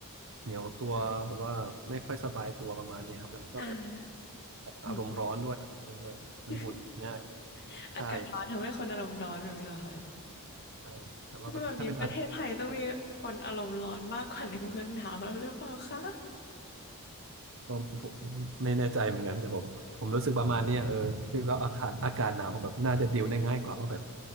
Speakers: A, on the right; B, on the left.
A: เหนียวตัวแบบว่าไม่ค่อยสบายตัวประมาณนี้ครับแล้วมันก็แบบ
B: อ่า
A: แบบอารมณ์ร้อนด้วยมันก็แบบมันหงุดหงิดง่าย
B: อืม <laughs>
A: ใช่
B: อากาศร้อนทำให้คนอารมณ์ร้อนแบบนี้เหรอคะ
A: ใช่แต่ว่าแบบถ้าเป็นอากาศ
B: คือแบบนี้ประเทศไทยต้องมีคนอารมณ์ร้อนมากกว่าในเมืองหนาวแล้วหรือเปล่าคะ
A: ก็ผมไม่แน่ใจเหมือนกันแต่ผมผมรู้สึกประมาณเนี้ยเออคือว่าอากาศอากาศหนาวแบบน่าจะดิวได้ง่ายกว่าว่าแบบ